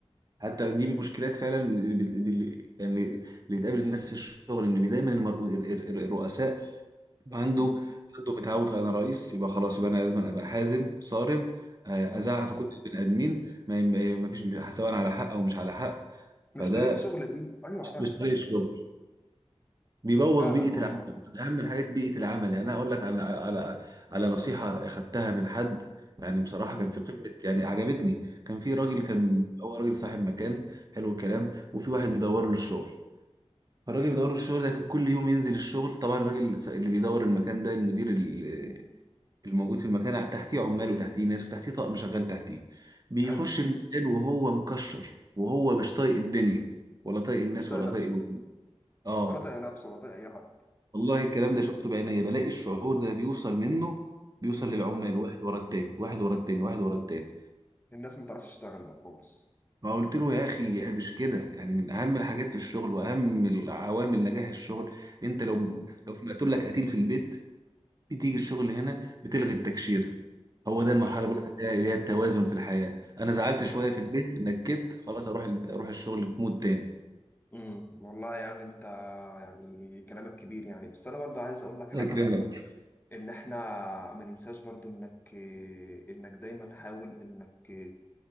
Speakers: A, on the right; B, on the left.
A: حتى دي من المشكلات فعلا اللي بت- اللي- يعني اللي بتقابل الناس في الشغل إن دايما المر- الر- الر- الرؤساء عنده
B: مم.
A: عنده متعود أنا رئيس يبقى خلاص يبقى أنا لازم أبقى حازم صارم آه،
B: مم.
A: أزعق في كل البني آدمين ما ما- ما فيش سواء على حق أو مش على حق
B: مش
A: فده
B: طريقة شغل دي ايوه فعلا
A: مش طريق الشغل بيبوظ
B: فعلا
A: بيئه
B: والله
A: العمل من اهم الحاجات بيئه العمل يعني انا اقول لك على على على نصيحه اخدتها من حد يعني بصراحه
B: مم.
A: كان في قمه يعني عجبتني كان في راجل
B: مم.
A: كان هو راجل صاحب مكان حلو الكلام وفي واحد بيدور له الشغل فالراجل بيدور له الشغل ده كان كل يوم ينزل الشغل طبعا الراجل اللي بيدور المكان ده المدير ال-
B: مم.
A: الموجود في المكان قاعد تحتيه عمال وتحتيه ناس وتحتيه طقم شغال تحتيه بيخش
B: حلو
A: المكان وهو مكشر وهو مش طايق الدنيا ولا طايق الناس
B: مش طايق
A: ولا
B: نفسه
A: طايق اه
B: ولا طايق نفسه ولا طايق اي حد
A: والله الكلام ده شفته بعينيا بلاقي الشعور ده بيوصل منه بيوصل
B: مم.
A: للعمال واحد ورا التاني واحد ورا التاني واحد ورا التاني
B: الناس ما تعرفش تشتغل بقى خالص
A: فقلت له يا اخي يعني مش كده يعني من اهم الحاجات في الشغل واهم العوامل نجاح الشغل انت لو
B: مم.
A: لو في مقتول لك قتيل في البيت بتيجي الشغل هنا بتلغي التكشيره
B: مم.
A: هو ده
B: بالظبط
A: المرحله اللي بقول لك عليها اللي هي التوازن في الحياه انا زعلت
B: بالظبط
A: شويه في البيت نكت خلاص اروح اروح الشغل في مود تاني
B: امم والله يعني انت يعني كلامك كبير يعني بس انا برضو عايز اقول لك حاجه
A: الله يكرمك
B: برضو ان احنا ما ننساش برضو انك انك دايما حاول انك